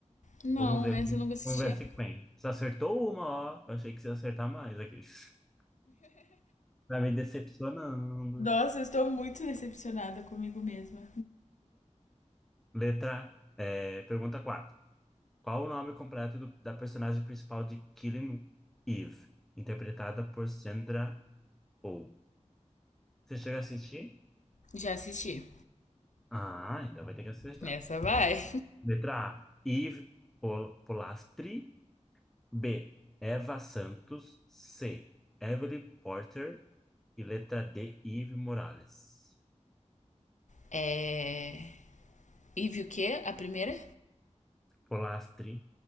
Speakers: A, on the left (about 75°); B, in the centre.
A: Não,
B: Vamos ver.
A: essa eu nunca assisti.
B: Vamos ver se quem. Você acertou uma, ó. Eu achei que você ia acertar mais aqui. <laughs> Tá me decepcionando.
A: Nossa, eu estou muito decepcionada comigo mesma.
B: Letra... é, pergunta 4. Qual o nome completo do- da personagem principal de Killing Eve, interpretada por Sandra Oh? Você chega a assistir?
A: Já assisti.
B: Ah, então vai ter que acertar.
A: Essa vai.
B: Letra A, Eve Pol- Polastri. B, Eva Santos. C, Evelyn Porter. E letra D, Eve Morales.
A: É. Eve o quê? A primeira?
B: Polastri.